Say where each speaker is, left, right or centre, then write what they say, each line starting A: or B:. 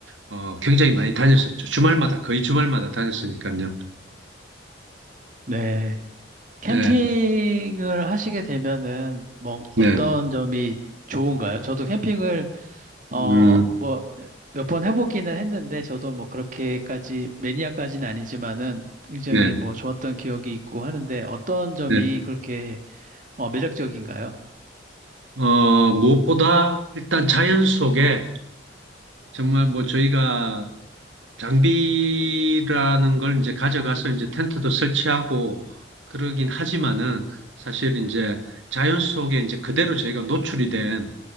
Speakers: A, on the right; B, on the right.
A: 어, 굉장히 많이 다녔었죠. 주말마다, 거의 주말마다 다녔으니까요.
B: 네. 캠핑을
A: 네,
B: 하시게 되면은 뭐
A: 네,
B: 어떤 점이 좋은가요? 저도 캠핑을 어,
A: 음,
B: 뭐 몇 번 해보기는 했는데 저도 뭐 그렇게까지 매니아까지는 아니지만은 굉장히
A: 네,
B: 뭐 좋았던 기억이 있고 하는데 어떤 점이
A: 네.
B: 그렇게 어, 매력적인가요?
A: 어, 무엇보다 일단 자연 속에 정말 뭐 저희가 장비라는 걸 이제 가져가서 이제 텐트도 설치하고 그러긴 하지만은 사실 이제 자연 속에 이제 그대로 저희가 노출이 된